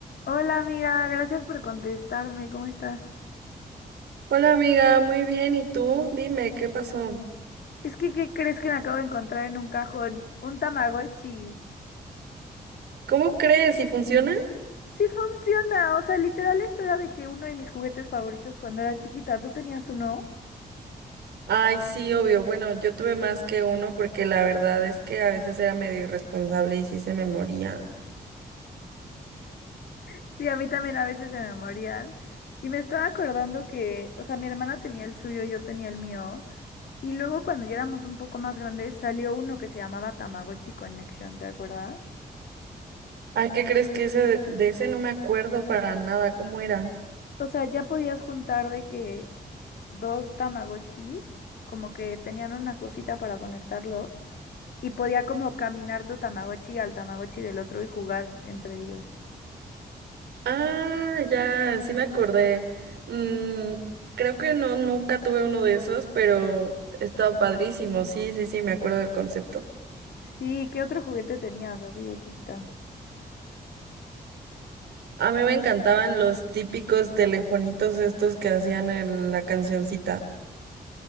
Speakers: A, on the left; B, on the right.
A: Hola amiga, gracias por contestarme, ¿cómo estás?
B: Hola amiga, muy bien. ¿Y tú? Dime, ¿qué pasó?
A: Es que, ¿qué crees que me acabo de encontrar en un cajón? Un Tamagotchi.
B: ¿Cómo crees? ¿Y funciona?
A: Sí funciona, o sea, literal esto era de que uno de mis juguetes favoritos cuando era chiquita, ¿tú tenías uno?
B: Ay, sí, obvio. Bueno, yo tuve más que uno porque la verdad es que a veces era medio irresponsable y sí se me moría.
A: Sí, a mí también a veces se me morían. Y me estaba acordando que, o sea, mi hermana tenía el suyo, yo tenía el mío. Y luego cuando ya éramos un poco más grandes salió uno que se llamaba Tamagotchi Connection, ¿te acuerdas?
B: Ay, ¿qué crees que ese de de ese no me acuerdo para nada? ¿Cómo era?
A: O sea, ya podías juntar de que dos Tamagotchis, como que tenían una cosita para conectarlos y podía como caminar tu Tamagotchi al Tamagotchi del otro y jugar entre ellos.
B: Ah, ya, sí me acordé. Mm, creo que no, nunca tuve uno de esos, pero estaba padrísimo. Sí, sí, sí, me acuerdo del concepto.
A: Sí, ¿qué otro juguete tenías así de chiquita?
B: A mí me encantaban los típicos telefonitos estos que hacían en la cancioncita.